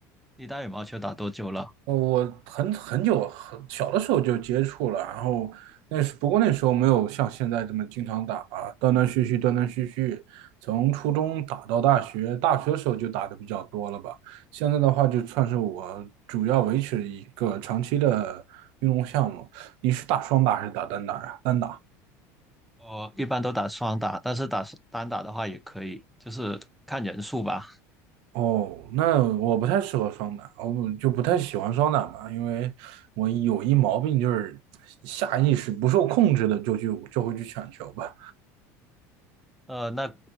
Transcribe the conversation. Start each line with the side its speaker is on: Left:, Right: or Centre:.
Centre: 你打羽毛球打多久了？
Right: 呃，我很很久很小的时候就接触了，然后那时不过那时候没有像现在这么经常打吧，断断续续，断断续续，从初中打到大学，大学的时候就打的比较多了吧。现在的话，就算是我主要维持一个长期的运动项目。你是打双打还是打单打呀？单打。
Centre: 我一般都打双打，但是打单打的话也可以，就是看人数吧。
Right: 哦，那我不太适合双打，我不就不太喜欢双打吧，因为我有一毛病，就是下意识不受控制的就去就会去抢球吧。
Centre: 呃，那